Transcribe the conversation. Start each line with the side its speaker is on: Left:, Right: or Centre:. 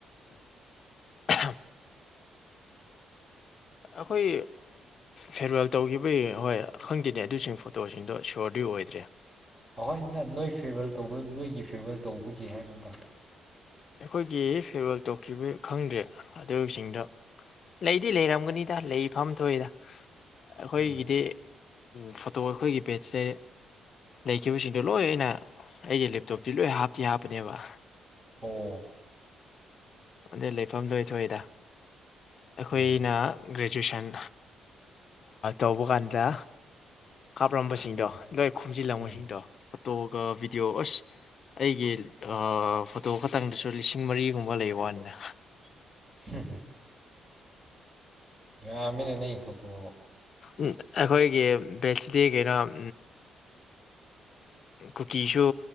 Left: ꯑꯍ ꯑꯩꯈꯣꯏ ꯐꯦꯌꯥꯔꯋꯦꯜ ꯇꯧꯈꯤꯕꯒꯤ ꯍꯣꯏ ꯈꯪꯗꯦꯅꯦ ꯑꯗꯨꯁꯤꯡ ꯐꯣꯇꯣꯁꯤꯡꯗꯣ ꯁꯤꯌꯣꯔꯗꯤ ꯑꯣꯏꯗ꯭ꯔꯦ
Right: ꯑꯩꯈꯣꯏꯅ ꯅꯣꯏ ꯐꯦꯌꯥꯔꯋꯦꯜꯍ ꯇꯧꯕ ꯅꯣꯏꯒꯤ ꯐꯦꯌꯥꯔꯋꯦꯜ ꯇꯧꯕꯒꯤ ꯍꯥꯏꯕ
Left: ꯑꯩꯈꯣꯏꯒꯤ ꯐꯦꯌꯥꯔꯋꯦꯜ ꯇꯣꯛꯈꯤꯕ ꯈꯪꯗꯦ ꯑꯗꯨꯁꯤꯡꯗꯣ ꯂꯩꯗꯤ ꯂꯩꯔꯝꯒꯅꯤꯗ ꯂꯩ ꯐꯝ ꯊꯣꯛꯏꯗ ꯑꯈꯣꯏꯒꯤꯗꯤ
Right: ꯎꯝ
Left: ꯎꯨꯝ ꯐꯣꯇꯣ ꯑꯩꯈꯣꯏꯒꯤ ꯄꯦꯖꯇꯁꯦ ꯂꯩꯈꯤꯕꯁꯤꯡꯗꯣ ꯂꯣꯏ ꯑꯩꯅ ꯑꯩꯒꯤ ꯂꯦꯞꯇꯣꯞꯇꯤ ꯂꯣꯏ ꯍꯥꯞꯇꯤ ꯍꯥꯞꯄꯅꯦꯕ
Right: ꯑꯣ
Left: ꯑꯗꯩ ꯂꯩꯐꯝ ꯂꯣꯏ ꯊꯣꯛꯏꯗ ꯑꯩꯈꯣꯏꯅ
Right: ꯎꯝ
Left: ꯒ꯭ꯔꯦꯖꯨꯋꯌꯦꯁꯟ ꯇꯧꯕ ꯀꯥꯟꯗ ꯀꯥꯞꯂꯝꯝꯕꯁꯤꯡꯗꯣ
Right: ꯎꯝ
Left: ꯂꯣꯏ ꯈꯣꯝꯖꯤꯜꯂꯝꯕꯁꯤꯡꯗꯣ
Right: ꯎꯝ
Left: ꯐꯣꯇꯣꯒ ꯚꯤꯗꯤꯑꯣ ꯑꯁ ꯑꯩꯒꯤ ꯑ ꯐꯣꯇꯣ ꯈꯇꯪꯗꯁꯨ ꯂꯤꯁꯤꯡ ꯃꯔꯤꯒꯨꯝꯕ ꯂꯩꯕ ꯋꯥꯅꯤꯅ
Right: <inaudible> ꯑ ꯃꯅꯦ ꯅ ꯐꯠꯇ
Left: ꯎ ꯑꯩꯈꯣꯏꯒꯤ ꯕꯦꯠꯁꯤꯗꯤ ꯀꯩꯅꯣ ꯎ ꯀꯨꯀꯤꯁꯨ